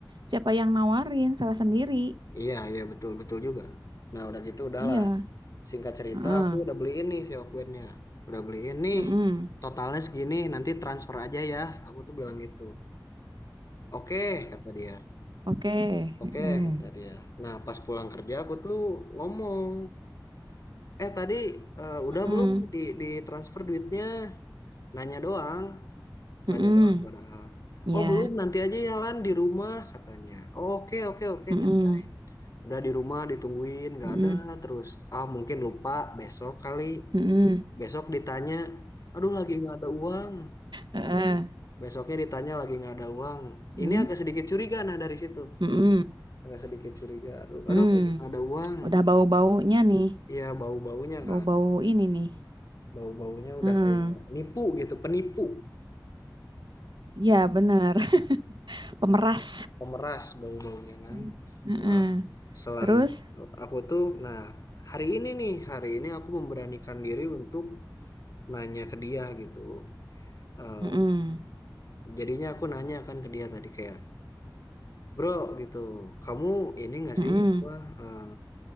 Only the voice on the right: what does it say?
Siapa yang nawarin salah sendiri?
Iya.
Heeh.
Mm-mm.
Oke. Heeh.
Mm-mm.
Mm-mm.
Ya.
Mm-mm.
Mm-mm.
Mm-mm.
Heeh.
Mm.
Mm-mm.
Mm.
Udah bau-baunya nih.
Bau-bau
ini nih.
Heeh.
Iya, bener. <laughs> Pemeras.
<laughs> Heeh.
Terus?
Mm-mm.
Mm-mm.